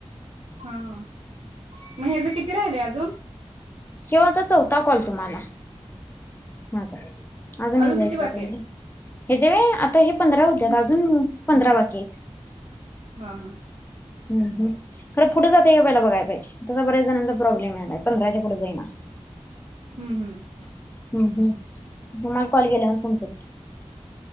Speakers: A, on the right; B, on the left.
A: हा मग हयाच किती राहिलय अजून
B: हेव होता चौथा कॉल तुम्हाला, मोजा अजून हे वैतागले
A: किती बाकी
B: हे जेवे आता हे पंधरा होत्यात
A: आहेत
B: अजून पंधरा वा की,
A: हा आ हा आ,
B: हम् हम खरं पुढे जातंय पहिला बघायला पाहिजे त्याचा बऱ्याच जणांचा प्रॉब्लेम आहेला पंधराच्या पुढे जाईना
A: हम्म अ हम्म अ
B: हम् हम् तुम्हाला कॉल केला असल तर